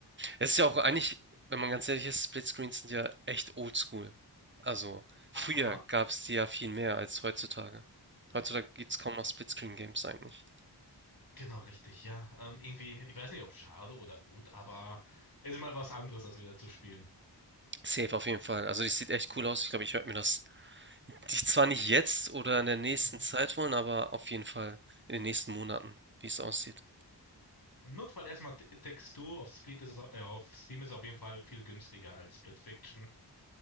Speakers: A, on the right; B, on the left.
A: Es ist ja auch eigentlich, wenn man ganz ehrlich ist, Splitscreens sind ja echt oldschool. Also
B: Aha.
A: früher gab es die ja viel mehr als heutzutage. Heutzutage gibt es kaum noch Splitscreen-Games eigentlich.
B: Genau richtig, ja. Ähm, irgendwie, ich weiß nicht, ob schade oder gut, aber es ist mal was anderes, als wieder zu spielen.
A: Safe auf jeden Fall. Also das sieht echt cool aus. Ich glaube, ich werde mir das die- zwar nicht jetzt oder in der nächsten
B: Mhm.
A: Zeit holen, aber auf jeden Fall in den nächsten Monaten, wie es aussieht.
B: Im Notfall erstmal T- Textur. Auf Split ist es, au- äh, auf Steam ist es auf jeden Fall viel günstiger als Split Fiction.